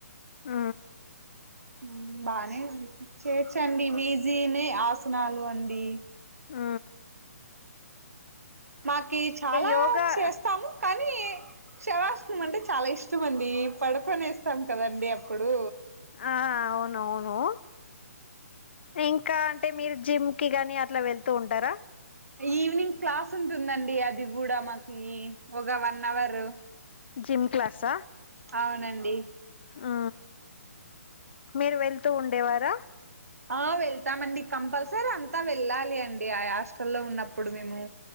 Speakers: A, on the left; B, on the right.
A: ఆ
B: ఉం బానే ఉంది చేయొచ్చండి విజీనే ఆసనాలు అండి
A: ఆ
B: మాకి చాల
A: యోగా
B: చేస్తాము కానీ శవాసనం అంటే చాల ఇష్టం అండి పడుకొని ఏస్తాం కదండి పుడు
A: ఆ అవునవును ఇంకా అంటే మీరు జిమ్ కి గాని అట్ల వెళ్తూ ఉంటారా
B: ఈవినింగ్ క్లాస్ ఉంటుందండి అది కూడ మాకి ఒగ వన్ అవర్
A: జిమ్ క్లాస
B: అవునండి
A: ఆ మీరు వెళ్తూ ఉండేవార
B: ఆ వెళ్తామండి కంపల్సరీ అంత వెళ్ళాలి అండి ఆ యాస్టల్లో ఉన్నప్పుడు మేము